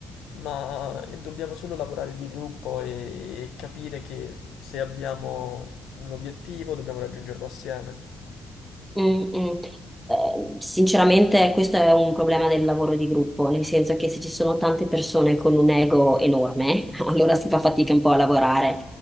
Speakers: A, on the left; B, in the centre.
A: ma dobbiamo solo lavorare di gruppo e, e capire che se abbiamo un obiettivo dobbiamo raggiungerlo assieme.
B: Mm, mm. Eh, sinceramente questo è un problema del lavoro di gruppo, nel senso che se ci sono tante persone con un ego enorme, <laughs> allora si fa fatica un po' a lavorare.